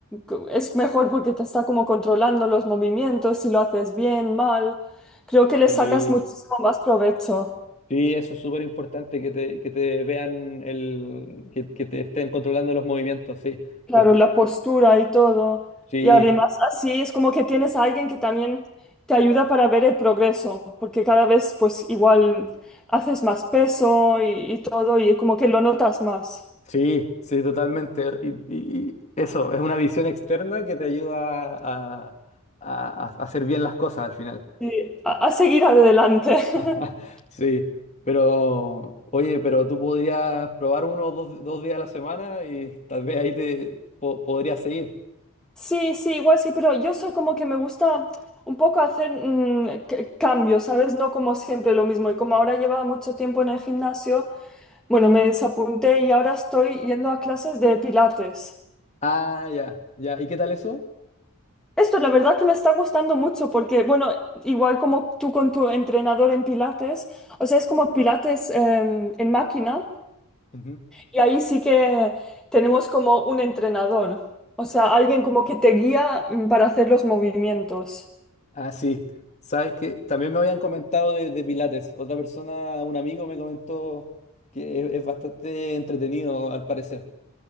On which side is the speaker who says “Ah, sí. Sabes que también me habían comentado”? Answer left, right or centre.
Left